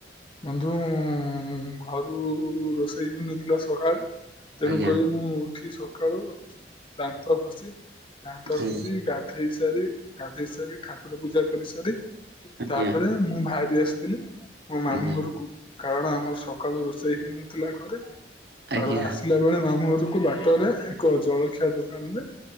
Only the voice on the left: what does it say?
ବନ୍ଧୁ-ଉ-ଉ-ଉ ଘରୁ-ଉ-ଉ-ଉ ରୋଷେଇ ହେଇନଥିଲା ସକାଳେ। ତେଣୁକରି
ମୁଁ ଉଠି ସକାଳୁ ଦାନ୍ତ ଘସି ଦାନ୍ତ
ଘସି ଗା ଧେଇ ସାରି ଗାଧେଇ ସାରି ଠାକୁର ପୂଜା କରିସାରି
ତାପରେ ମୁଁ ବାହାରି ଆସିି ଇଲି ମୋ ମାମୁଁ
ଘରକୁ କାରଣ ଆମର ସକାଳୁ ରୋଷେଇ ହେଇନଥିଲା ଘରେ
ଆ-ଆ-ଆସି ପିଲା ବେଳେ ମାମୁଘରକୁ ବାଟରେ ଏକ ଜଳଖିଆ ଦୋକାନ ରେ